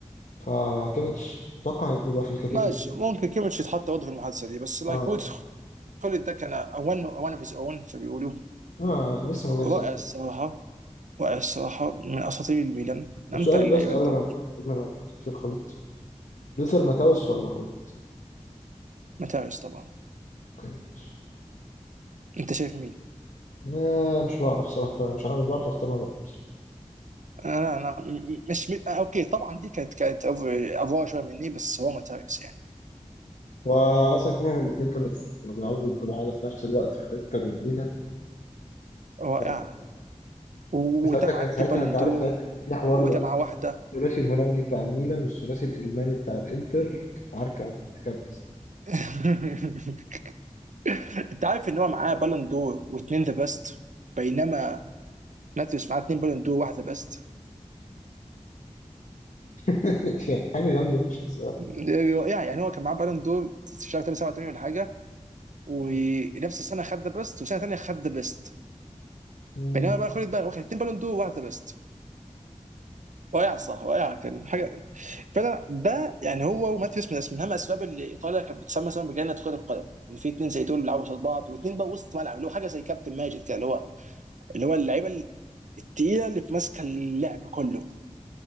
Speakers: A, on the left (about 80°); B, on the right (about 75°).
A: فكيميتش أتوقع يبقى في الكاتيجوري
B: ماشي ممكن كيميتش يتحط برضه في المحادثه دي بس لايك
A: اه
B: وود خالد ده كان اون اون اوف هيز اون بيقولوا
A: اه لسه ما جاش
B: رائع
A: زيه
B: الصراحه رائع الصراحه من اساطير الميلان من
A: طب
B: امتع
A: سؤال
B: اللعيبه
A: بس قبل
B: اللي تاخد
A: ما قبل ما في الخليط لوثر ماتاوس ولا خليط؟
B: متاعش طبعا
A: اوكي ماشي.
B: انت شايف مين؟
A: آه مش بعرف صراحة مش عارف مش بعرف اختار ما بينهم بصراحة.
B: انا انا م- م- مش م... آه، اوكي طبعا دي كانت كانت أف- افوار شويه مني بس هو متاعش يعني
A: واصلا كلهم الاثنين كانوا كانوا بيلعبوا ضد بعض في نفس الوقت في الانتر والميلان
B: رائع
A: آه.
B: وده
A: ساعتها
B: معاه
A: كان
B: تي
A: ساعتها
B: بالون
A: انت عارف
B: دور
A: ساعتها كان في حوار
B: وده معاه واحده
A: الثلاثي الهولندي بتاع الميلان والثلاثي الالماني بتاع الانتر كانت عركه وبتتكلم
B: <laughs> انت عارف ان هو معاه بالون دور واثنين ذا بيست بينما ناتيوس معاه اثنين بالون دور واحده بيست
A: <laughs> يعني حاجه جامده مش الصراحه
B: يعني يعني هو كان معاه بالون دور في شهر 8 87 ولا حاجه ونفس
A: مم.
B: السنه خد ذا بيست وسنه ثانيه خد ذا بيست
A: مم.
B: بينما بقى خد بقى واخد اثنين بالون دور وواحد ذا بيست رائع صح رائع كان حاجه فعلا ده يعني هو وماتيوس من أس- من اهم الاسباب اللي ايطاليا كانت بتسمى مثلا بجنه كره القدم ان في اثنين زي دول بيلعبوا قصاد بعض واثنين بقى وسط ملعب اللي هو حاجه زي كابتن ماجد كده اللي هو اللي هو اللعيبه الثقيله اللي في ماسكه اللعب كله